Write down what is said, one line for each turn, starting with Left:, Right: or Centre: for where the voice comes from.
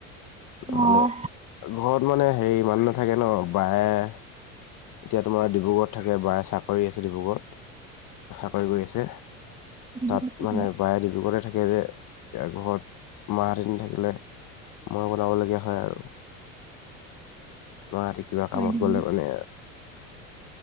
Left: নহ'লে
Right: অ',
Left: ঘৰত মানে হেৰি মানু্হ নাথাকে ন বায়ে এতিয়া তোমাৰ ডিব্ৰুগড়ত থাকে বায়ে চাকৰি আছে ডিব্ৰুগড়ত। চাকৰি কৰি আছে,
Right: ডিব্ৰুগড়ত
Left: তাত
Right: কি
Left: মানে
Right: কৰে?
Left: বায়ে ডিব্ৰুগড়তে থাকে যে, তেওঁ ঘৰত মাহহতি নেথাকিলে মই বনাব লগীয়া হয় আৰু। মাহতি কিবা
Right: কৰে
Left: কামত
Right: ডিব্ৰুগড়
Left: গ'লে মানে